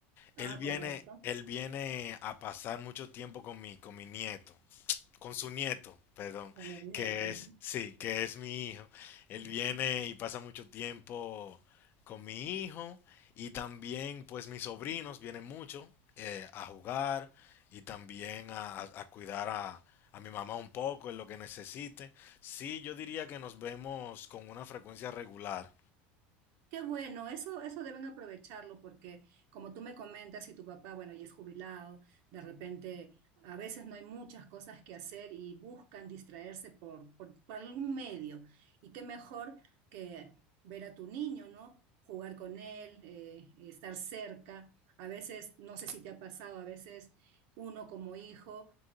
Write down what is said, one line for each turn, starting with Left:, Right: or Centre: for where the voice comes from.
Right: Ah,
Left: Él viene,
Right: correcto.
Left: él viene a pasar mucho tiempo con mi, con mi nieto con su nieto, perdón,
Right: Con el
Left: que
Right: nieto.
Left: es, sí, que es mi hijo. Él
Right: Ujú.
Left: viene y pasa mucho tiempo con mi hijo y también pues mis sobrinos vienen mucho eh, a jugar y también a, a- a cuidar a, a mi mamá un poco en lo que necesite. Sí, yo diría que nos vemos con una frecuencia regular,
Right: Qué bueno, eso, eso deben aprovecharlo porque como tú me comentas, si tu papá, bueno, ya es jubilado, de repente a veces no hay muchas cosas que hacer y buscan distraerse por, por, por algún medio. Y qué mejor que ver a tu niño, ¿no? Jugar con él, eh, estar cerca. A veces, no sé si te ha pasado, a veces uno como hijo